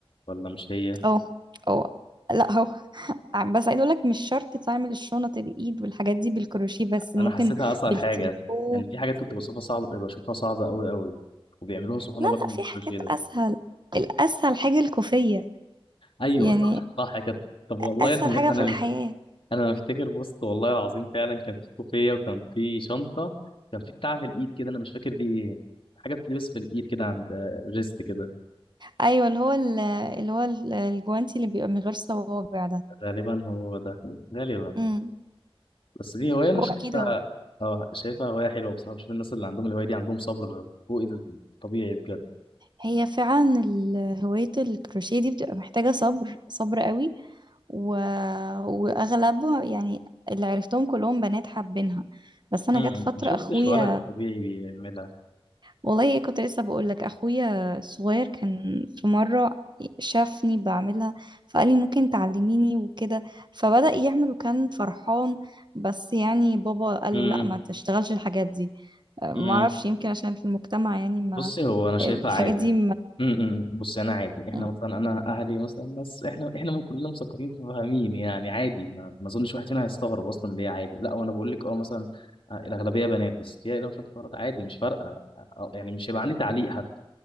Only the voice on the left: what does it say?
ولا مش هي
انا حسيتها اصعب
حاجه يعني في حاجات كنت بشوفها صعب بشوفها صعبه قوي قوي وبيعملوها سبحان
الله بالكروشيه
ده
ايوه
صح صح يا كابتن طب والله
انا
انا
انا مفتكر بوست والله العظيم فعلا كان في كوفيه وكان في شنطه كان في بتاع في الايد كده انا مش فاكر دي ايه حاجه بتلبس في الايد كده عند ريست كده
غالبا هو ده غالبا
بس دي هوايه انا
شايفها
اه شايفها هوايه حلوه بصراحه بشوف الناس اللي عندهم الهوايه دي عندهم صبر فوق الطبيعي بجد
م- م.
ما شفتش
ولد طبيعي بيعملها
امم
امم
بصي هو انا شايفها
عادي
امم امم، امم. بصي انا عادي احنا
مثلا انا اهلي مثلا ناس احنا احنا كلنا مثقفين فاهمين يعني عادي ما, ما اظنش واحد فينا هيستغرب اصلا ليه عادي لا وانا بقول لك اه مثلا آه، الاغلبيه بنات بس هي لو شفت ولد عادي مش فارقه آه، آه، يعني مش هيبقى عندي تعليق حتى